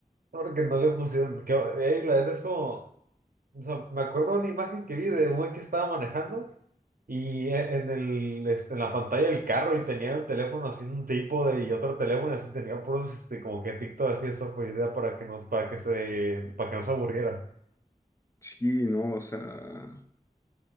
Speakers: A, on the right; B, on the left.
A: Porque no le pusieron. Que, ey, la neta es como. O sea, me acuerdo una imagen que vi de un güey que estaba manejando y e- en el, este, en la pantalla del carro y tenía el teléfono así en un trípode y otro teléfono y así tenía puros este, como que TikTok así eso fue idea para que nos, para que se, para que no se aburriera.
B: Sí, no, o sea.